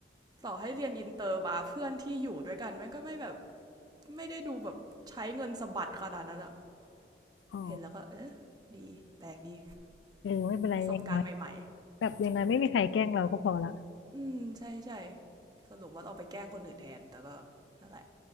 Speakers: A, on the right; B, on the left.
A: ต่อให้เรียนอินเตอร์มาเพื่อนที่อยู่ด้วยกันมันก็ไม่แบบไม่ได้ดูแบบใช้เงินสะบัดขนาดนั้นอะ
B: อ๋อ
A: เห็นแล้วก็เออดีแปลกดี
B: เออไม่เป็นไรอย่างน้อย
A: ประสบการณ์ใหม่
B: แบบอยังไ้ไม่มีใครแกล้งเราก็พอละ
A: อืมใช่ใช่สรุปว่าเราไปแกล้งคนอื่นแทนแต่ก็นั่นแหละ